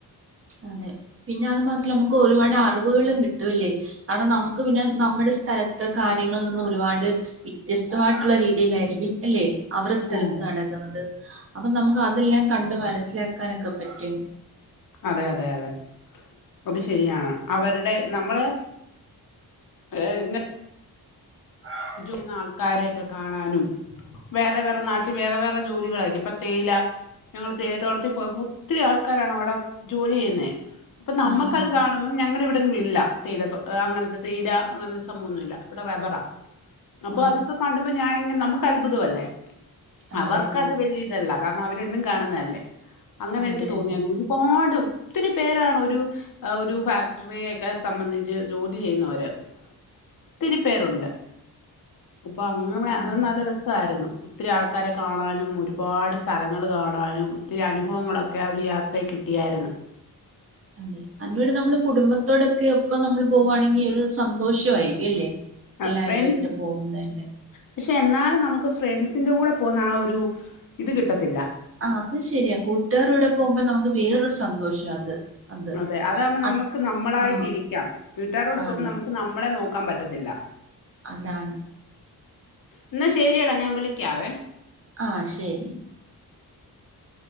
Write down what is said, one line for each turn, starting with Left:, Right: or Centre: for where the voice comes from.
Right: അതെ പിന്നെ അത് മാത്രല്ലാ നമുക്ക് ഒരുപാട് അറിവുകളും കിട്ടൂല്ലേ ആണ് നമുക്ക് പിന്നെ നമ്മടെ സ്ഥലത്തെ കാര്യങ്ങളിൽ നിന്ന് ഒരുപാട് വിത്യസ്തമായിട്ടുള്ള രീതിയിലായിരിക്കും അല്ലെ അവിടെ സ്ഥലത്ത്
Left: അതെ
Right: നടക്കുന്നത് അപ്പൊ നമുക്ക് അതെല്ലാം കണ്ട് മനസ്സിലാക്കാനൊക്കെ പറ്റും
Left: അതെ അതെ അതെ അത് ശരിയാണ് അവരുടെ നമ്മള് ഏ ഇന്
Right: <inaudible>
Left: <unintelligible> ആൾക്കാരെയൊക്കെ കാണാനും വേറെ വേറെ നാട്ടില് വേറെ വേറെ ജോലികളായിരിക്കും ഇപ്പൊ തേയില ഞങ്ങള് തേയില തോട്ടത്തി പോയപ്പോ ഒത്തിരി ആൾക്കാരാണ് അവിടെ ജോലി ചെയ്യുന്നെ അപ്പൊ നമ്മുക്കത്
Right: ആ ആ
Left: കാണു മ്പം ഞങ്ങടെ ഇവിടൊന്നും ഇല്ല തേയിലതോ അങ്ങനത്തെ തേയില അങ്ങനെത്തെ സംഭവന്നൂല്ല ഇവിടെ റബറാ അപ്പൊ
Right: ആ
Left: അതൊക്കെ കണ്ടപ്പോ ഞാനിങ്ങനെ നമുക്ക് അത്ഭുതം അല്ലേ
Right: അതെയാണ്
Left: അവർക്ക് അത് വലിയ ഇതല്ല കാരണം അവര് എന്നും കാണുന്നതല്ലേ അങ്ങനെ
Right: അതെ
Left: എനിക്ക് തോന്നിയതും
Right: അതെ
Left: പാട് ഒത്തിരി പേരാണ് ഒരു ആ ഒരു ഫാക്ടറിയൊക്കെ സംബന്ധിച്ച് ജോലി ചെയ്യുന്നവര് ഒത്തിരി പേരുണ്ട് അപ്പൊ അങ്ങനെ
Right: അതെ
Left: അത് നല്ല രസായിരുന്നു ഒത്തിരി ആൾക്കാരെ കാണാനും ഒരുപാട് സ്ഥലങ്ങള് കാണാനും ഒത്തിരി അനുഭവങ്ങളൊക്കെ ആ ഒരു യാ ത്രേ കിട്ടിയായിരുന്നു
Right: അതെ അന്റെടെ നമ്മള് കുടുംബത്തോടൊക്കെ ഒപ്പം നമ്മള് പോവാണെങ്കി ഒരു സന്തോഷവായിരിക്കും അല്ലേ
Left: ആഹ്,
Right: എല്ലാരു
Left: ഫ്രണ്ട്സ്
Right: ആയിട്ട് പോകുന്നതന്നെ
Left: പക്ഷെ എന്നാലും നമുക്ക് ഫ്രണ്ട്സിന്റെ കൂടെ പോകുന്ന ആ ഒരു ഇത് കിട്ടത്തില്ല
Right: ആ അത് ശെരിയാ കൂട്ടുകാറുടെ പോവുമ്പോ നമുക്ക് വേറൊരു സന്തോഷ അത് അത്
Left: അതെ അതാകുമ്പോ നമുക്ക്
Right: അത്
Left: നമ്മളായിട്ട്
Right: ആ
Left: ഇരിക്കാം വീട്ടുകാരുടെ
Right: ആണ്
Left: പോമ്പോം നമുക്ക് നമ്മളെ നോക്കാൻ പറ്റത്തില്ല
Right: അതാണ്
Left: എന്നാ ശരിയെടാ ഞാൻ വിളിക്കാവേ
Right: ആ ശരി